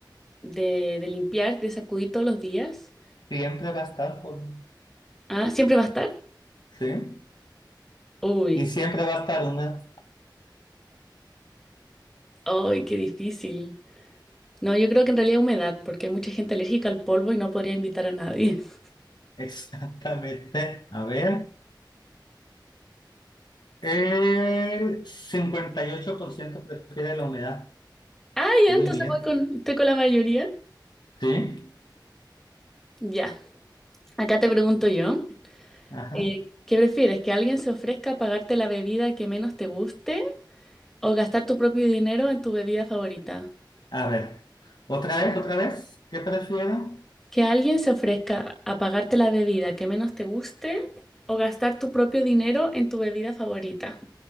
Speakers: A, in the centre; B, on the left.
A: de, de limpiar, de sacudir todos los días.
B: Siempre va a estar por,
A: Ah, ¿siempre va a estar?
B: sí,
A: Uy,
B: y siempre va a estar una,
A: ¡ay, qué difícil! No, yo creo que en realidad humedad, porque hay mucha gente alérgica al polvo y no podría invitar a nadie. <laughs>
B: <laughs> exactamente, a ver, el 58% prefiere la humedad,
A: Ah, ya,
B: muy
A: entonces
B: bien,
A: voy con, estoy con la mayoría.
B: sí,
A: Ya, acá te pregunto yo,
B: ajá,
A: eh, ¿qué prefieres? ¿Que alguien se ofrezca a pagarte la bebida que menos te guste o gastar tu propio dinero en tu bebida favorita?
B: a ver, otra vez, otra vez, ¿qué prefiero?
A: ¿Que alguien se ofrezca a pagarte la bebida que menos te guste o gastar tu propio dinero en tu bebida favorita?